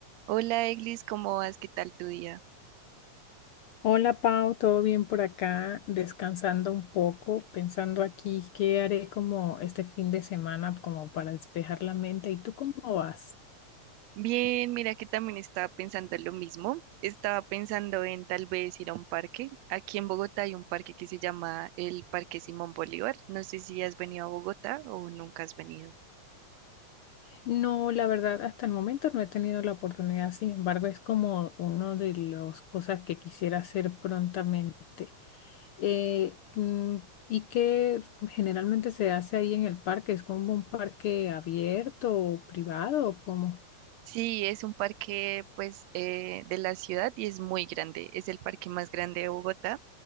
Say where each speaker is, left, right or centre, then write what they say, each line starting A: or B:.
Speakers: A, on the right (about 75°); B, on the left (about 75°).
A: Hola, Eglis, ¿cómo vas? ¿Qué tal tu día?
B: Hola Pau, ¿todo bien por acá? Descansando un poco, pensando aquí qué haré como este fin de semana como para despejar la mente. ¿Y tú cómo vas?
A: Bien, mira que también estaba pensando lo mismo. Estaba pensando en tal vez ir a un parque. Aquí en Bogotá hay un parque que se llama el Parque Simón Bolívar. No sé si has venido a Bogotá o nunca has venido.
B: No, la verdad, hasta el momento no he tenido la oportunidad, sin embargo, es como una de las cosas que quisiera hacer prontamente. Eh, mm, y que generalmente se hace ahí en el parque, ¿es como un parque abierto o privado o cómo?
A: Sí, es un parque pues eh, de la ciudad y es muy grande. Es el parque más grande de Bogotá.